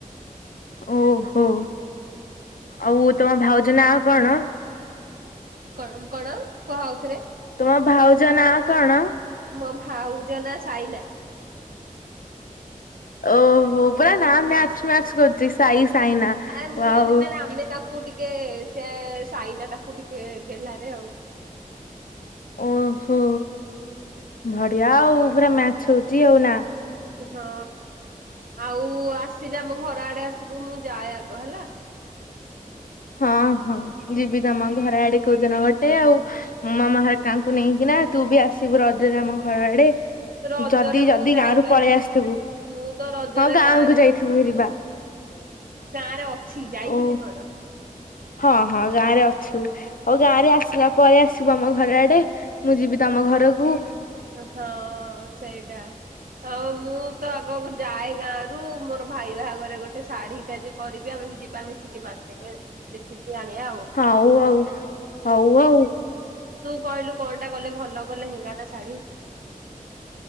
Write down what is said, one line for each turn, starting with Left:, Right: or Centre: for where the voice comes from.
Left: ଓହୋ। ଆଉ ତମ ଭାଉଜ ନା କଣ?
Right: କଣମ କଣ କୁହ ଆଉଥରେ।
Left: ତୁମ ଭାଉଜ ନା କଣ?
Right: ମୋ ଭାଉଜ ନା ସାଇନା।
Left: ଓହୋ ପୁରରା ନା ମ୍ୟାଚ ମ୍ୟାଚ କରୁଛି ସାଇ ସାଇନା
Right: ଆ ମୁଁ
Left: ୱାୱ।
Right: ମାନେ ଆମେ ତାକୁ ଟିକେ ସେ ସାଇନା ତାକୁ ଟିକେ ଗେଲ୍ହାରେ ଆଉ।
Left: ଓହୋ, ବଢିଆ ଆଉ ପୁରା ମ୍ୟାଚ ହଉଚି ଆଉ ନା।
Right: ହଁ ଆଉ ଆସିଲେ ଆମ ଘର ଆଡେ ଆସିବୁ ମୁଁ ଯାଏ ଆଗ ହେଲା।
Left: ହଁ ହଁ ଯିବି ତମ ଘରେ ଆଡେ କୋଉଦିନ ଗୋଟେ ଆଉ। ମାମା ଘରିକାଙ୍କୁ ନେଇକିନା ତୁ ବି ଆସିବୁ ରଜରେ ଆମ ଘର ଆଡେ।
Right: ରଜରେ
Left: ଯଦି ଯଦି
Right: ମୁଁ ଯାଇପାରିବିନି,
Left: ଗାଁ ରୁ ପଳେଇ ଆସିଥିବୁ
Right: ମୁଁ ତ ରଜରେ
Left: ହଁ ଗାଁକୁ
Right: ଗାଁରେ।
Left: ଯାଇଥିବୁ ହେରିବା
Right: ଗାଁ ରେ ଅଛି, ଯାଇଥିବି
Left: ଓ
Right: କଣ।
Left: ହଁ ହଁ ଗାଁ ରେ ଅଛୁ, ହଉ ଗାଁ ରେ ଆସିଲା ପରେ ଆସିବୁ ଆମ ଘର ଆଡେ। ମୁଁ ଯିବି ତମ ଘରକୁ।
Right: ତ ହଁ ସେଇଟା ଆଉ ମୁଁ ତ ଆଗକୁ ଯାଏ ଗାଁ ରୁ, ମୋର ଭାଇ ବାହାଘରେ ଗୋଟେ ଶାଢୀ ଟା ଯୋଉ କରିବି। ଆମେ ଯିବା ମିଶିକି ମାର୍କେଟ ଦେଖିକି ଆଣିଆ ଆଉ।
Left: ହଉ ଆଉ। ହଉ ଆଉ।
Right: ତୁ କହିଲୁ କଣଟା କଲେ ଭଲ ହବ ଲେହେଙ୍ଗା ନା ଶାଢୀ?